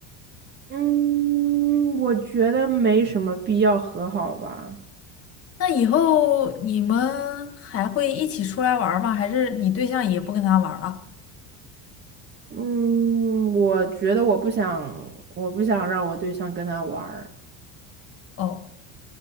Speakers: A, on the right; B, on the left.
A: 嗯，我觉得没什么必要和好吧，
B: 那以后你们还会一起出来玩儿吗？还是你对象也不跟他玩儿了？
A: 嗯，我觉得我不想，我不想让我对象跟他玩儿。
B: 哦，